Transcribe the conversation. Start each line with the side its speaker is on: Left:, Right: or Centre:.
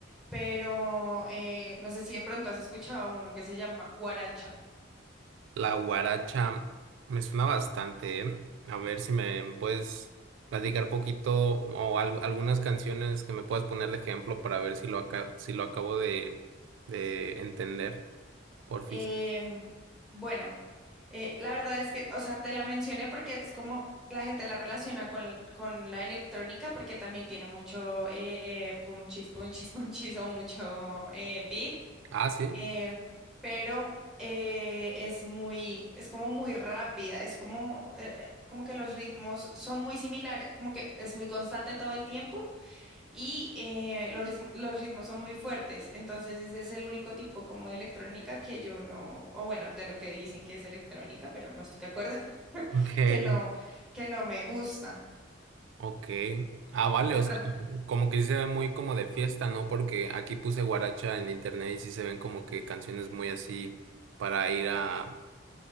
Centre: pero eh, no sé si de pronto has escuchado uno que se llama guaracha.
Right: La guaracha me suena bastante, ¿eh? A ver si me puedes platicar poquito o algo- algunas canciones que me puedas poner de ejemplo para ver si lo, aca- si lo acabo de, de entender, porfis.
Centre: Em, bueno, eh, la verdad es que, o sea, te la mencioné porque es como la gente la relaciona con, con la electrónica porque también tiene mucho eh, punchis, punchis, <laughs> punchis o mucho eh, beat,
Right: Ah, sí.
Centre: eh, pero eh, es muy, es como muy rápida, es como, eh, como que los ritmos son muy similares, como que es muy constante todo el tiempo Y eh, los ritm- los ritmos son muy fuertes, entonces ese es el único tipo como de electrónica que yo no, o bueno, de lo que dicen que es electrónica, pero no estoy de acuerdo, <laughs>
Right: Ok.
Centre: que no, que no me gusta.
Right: Ok. Ah, vale,
Centre: De
Right: o
Centre: pronto,
Right: sea, como como que sí se ve muy como de fiesta, ¿no? Porque aquí puse guaracha en internet y sí se ven como que canciones muy así para ir a,